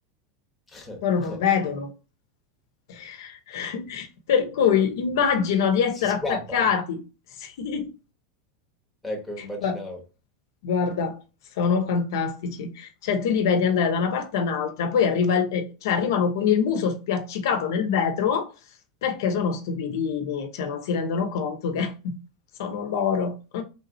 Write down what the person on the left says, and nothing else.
loro non vedono. <laughs> Per cui immagino di essere
attaccati, <laughs> sì,
Beh, Guarda, sono fantastici. Cioè, tu li vedi andare da una parte all'altra, poi arriva il- eh, cioè, arrivano con il muso spiaccicato nel vetro perché sono stupidini, cioè non si rendono conto che <laughs> sono loro.